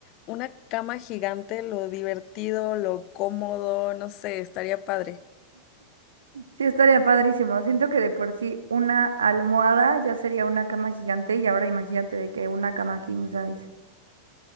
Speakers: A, on the left; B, on the right.
A: una cama gigante, lo divertido, lo cómodo, no sé, estaría padre.
B: Sí, estaría padrísimo. Siento que de por sí una almohada ya sería una cama gigante y ahora imagínate de que una cama king size.